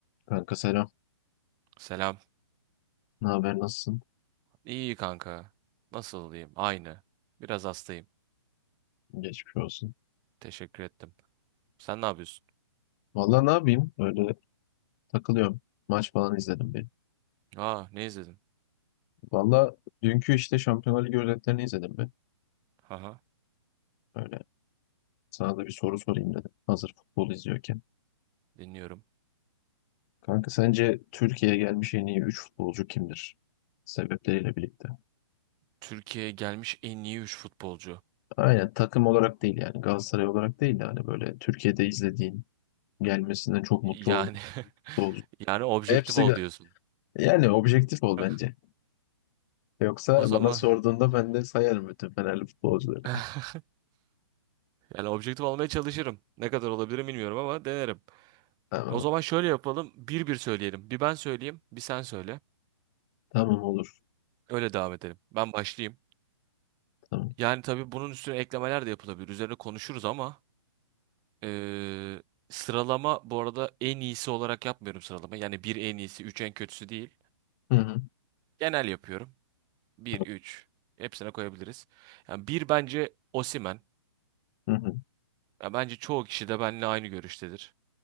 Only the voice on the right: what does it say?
Selam.
İyi kanka. Nasıl olayım? Aynı. Biraz hastayım.
Teşekkür ettim. Sen ne yapıyorsun?
Aa, ne izledin?
Haha,
dinliyorum.
Türkiye'ye gelmiş en iyi 3 futbolcu.
Yani
<laughs>
yani objektif
ol
diyorsun.
<laughs>
O zaman
<laughs> yani objektif olmaya çalışırım. Ne kadar olabilirim bilmiyorum ama denerim.
O zaman şöyle yapalım. Bir bir söyleyelim. Bir ben söyleyeyim, bir sen söyle.
Öyle devam edelim. Ben başlayayım.
Yani tabii bunun üstüne eklemeler de yapılabilir. Üzerine konuşuruz ama Ee, sıralama bu arada en iyisi olarak yapmıyorum sıralama. Yani bir en iyisi, üç en kötüsü değil.
Genel yapıyorum. Bir,
üç. Hepsine koyabiliriz. Yani bir bence Osimhen.
Ya bence çoğu kişi de benimle aynı görüştedir.